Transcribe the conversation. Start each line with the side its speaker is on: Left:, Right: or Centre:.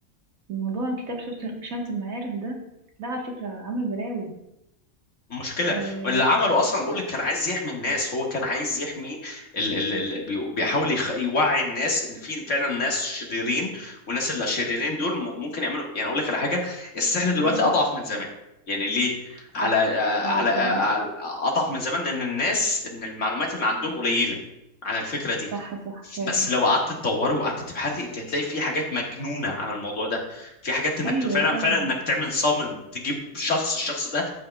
Right: الموضوع كتاب شفت شمت المعارف ده لا على فكرة عمل بلاوي
Left: مشكلة
Right: آه.
Left: واللي عمله أصلا بقول لك كان عايز يحمي الناس هو كان عايز يحمي ال ال ال بي- بيحاول يخ- يوعي الناس إن في فعلا ناس شريرين والناس اللي شريرين دول م- ممكن يعملوا يعني أقول لك على حاجة السحر دلوقتي
Right: امم
Left: أضعف من زمان يعني ليه؟
Right: صح
Left: على آه،
Right: اه
Left: على آه،
Right: فعلا
Left: على- أضعف من زمان لأن الناس إن المعلومات اللي عندهم قليلة عن الفكرة دي
Right: صح صح فعلا
Left: بس لو قعدت تدوري وقعدت تبحثي انت هتلاقي في حاجات مجنونة على الموضوع ده في حاجات انك
Right: ايوه
Left: ت- فعلا
Right: طبعا
Left: فعلا انك تعمل صامن تجيب شخص الشخص ده